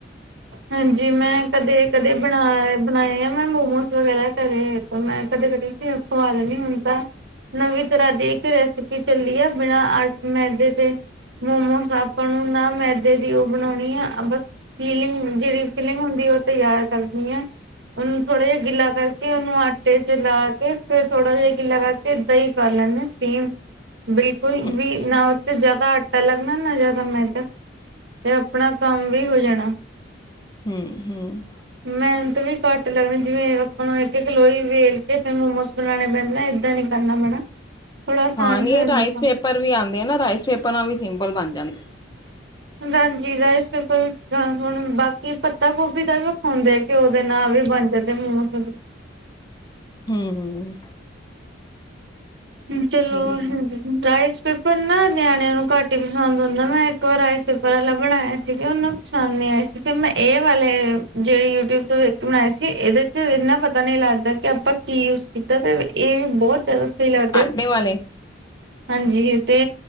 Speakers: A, on the right; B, on the left.
A: ਹਾਂਜੀ, ਮੈਂ ਕਦੇ-ਕਦੇ ਬਣਾ ਬਣਾਏ ਆ ਮੈਂ ਮੋਮੋਸ ਵਗੈਰਾ ਘਰੇ। ਮੈਂ ਕਦੇ-ਕਦੇ ਫੇਰ ਖਵਾ ਦਿੰਦੀ ਹਾਂ ਮੈਂ ਕਦੇ-ਕਦੇ ਖਵਾ ਦਿੰਦੀ ਹਾਂ ਹੁਣ ਤਾਂ ਨਵੀਂ ਤਰ੍ਹਾਂ ਦੀ ਇੱਕ ਰੈਸਪੀ ਚੱਲੀ ਆ ਬਿਨਾਂ ਆਟ ਮੈਦੇ ਤੇ। ਮੋਮੋਸ ਆਪਾਂ ਨੂੰ ਨਾ ਮੈਦੇ ਦੀ ਉਹ ਬਣਾਉਣੀ ਆ ਬਸ ਫੀਲਿੰਗ। ਜਿਹੜੀ ਫੀਲਿੰਗ ਹੁੰਦੀ ਉਹ ਤਿਆਰ ਕਰਨੀ ਹੈ। ਉਹਨੂੰ ਥੋੜਾ ਜਿਹਾ ਗਿੱਲਾ ਕਰਕੇ ਉਹਨੂੰ ਆਟੇ ਚ ਲਾ ਕੇ ਫੇਰ ਥੋੜਾ ਜਿਹਾ ਗਿੱਲਾ ਕਰਕੇ ਦਹੀਂ ਪਾ ਲੈਂਦੇ। ਸੇਮ, ਬਿਲਕੁਲ
B: ਹੂੰ
A: ਵੀ ਨਾ ਉੱਥੇ ਜਿਆਦਾ ਆਟਾ ਲੱਗਣਾ ਨਾ ਜ਼ਿਆਦਾ ਮੈਂ ਤਾਂ। ਤੇ ਆਪਣਾ ਕੰਮ ਵੀ ਹੋ ਜਾਣਾ।
B: ਹੂੰ -ਹੂੰ,
A: ਮਿਹਨਤ ਵੀ ਘੱਟ ਲੱਗਣੀ, ਜਿਵੇਂ ਆਪਾਂ ਇੱਕ- ਇੱਕ, ਲੋਈ ਵੇਲ ਕੇ, ਫਿਰ ਮੋਮੋਸ ਬਣਾਉਣੇ ਪੈਂਦੇ ਨੇ, ਏਦਾਂ ਨੀ। ਕਰਨਾ ਪੈਣਾ, ਥੋੜਾ ਆਸਾਨ
B: ਹਾਂ ਨੀ
A: ਹੀ ਹੋ ਜਾਂਦਾ
B: ਇਹ ਰਾਈਸ
A: ਤਾਂ।
B: ਪੇਪਰ ਵੀ ਆਉਂਦੇ ਹੈ ਨਾ, ਰਾਈਸ ਪੇਪਰ ਨਾਲ ਵੀ ਸਿੰਪਲ ਬਣ ਜਾਂਦੇ।
A: ਹਾਂਜੀ, ਰਾਈਸ ਪੇਪਰ ਵੀ ਠੀਕ ਹਨ, ਹੁਣ ਬਾਕੀ ਪੱਤਾ ਗੋਭੀ ਦਾ ਵੀ ਵਿਖਾਉਂਦੇ। ਘਿਓ ਦੇ ਨਾਲ, ਵੀ ਬਣ ਜਾਂਦੇ ਮੋਮਸ ਵੀ।
B: ਹੂੰ- ਹੂੰ,
A: ਹੂੰ ਚਲੋ
B: ਠੀਕ
A: ਹਾਂਜੀ।
B: ਆ
A: ਰਾਈਸ ਪੇਪਰ ਨਾ, ਨਿਆਣਿਆਂ ਨੂੰ ਘੱਟ ਹੀ ਪਸੰਦ ਹੁੰਦਾ, ਮੈਂ ਇੱਕ ਵਾਰ, ਰਾਈਸ ਪੇਪਰ ਵਾਲਾ ਬਣਾਇਆ ਸੀ। ਸੀਗੇ, ਉਹਨ ਨੂੰ ਪਸੰਦ ਨਹੀਂ ਆਏ ਸੀ, ਫਿਰ ਮੈਂ ਇਹ ਵਾਲੇ ਜਿਹੜੇ ਯੂਟਿਊਬ ਤੋਂ ਵੇਖ ਕੇ ਬਣਾਏ ਸੀ ਇਹਦੇ ਇੰਨਾ ਪਤਾ ਨਹੀਂ ਲੱਗਦਾ, ਕਿ ਆਪਾਂ ਕੀ ਯੂਜ ਕੀਤਾ, ਤੇ ਇਹ ਵੀ ਬਹੁਤ ਜ਼ਿਆਦਾ ਸ ਲੱਗਦੇ
B: ਆਟੇ ਵਾਲੇ
A: ਹਾਂਜੀ ਤੇ